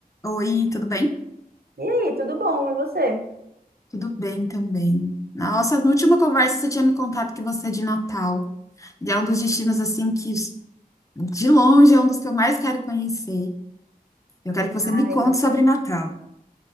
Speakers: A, on the left; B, on the right.
A: Oi, tudo bem?
B: E aí, tudo bom? E você?
A: Tudo bem também. Nossa, na última conversa você tinha me contado que você é de Natal. E é um dos destinos, assim, que de longe é um dos que eu mais quero conhecer. Eu quero que você
B: Ah,
A: me conte sobre Natal.